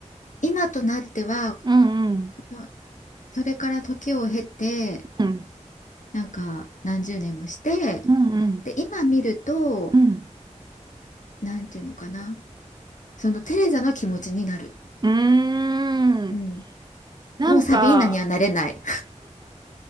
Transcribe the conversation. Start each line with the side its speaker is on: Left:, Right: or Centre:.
Left: 今となっては
Right: うん、うん、
Left: もうそれから時を経て
Right: うん、
Left: なんか何十年もして
Right: うん、うん、
Left: で今見ると
Right: うん、
Left: なんていうのかなそのテレザの気持ちになる、
Right: うーん、
Left: うん、
Right: なんか、
Left: もうサビーナにはなれない